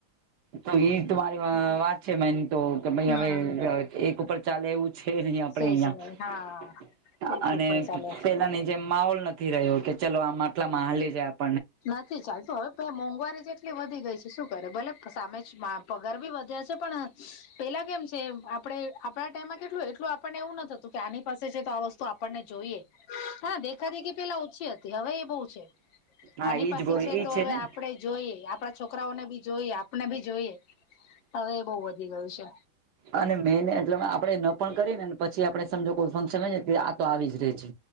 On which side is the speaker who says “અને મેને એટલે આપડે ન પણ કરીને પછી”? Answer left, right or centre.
Right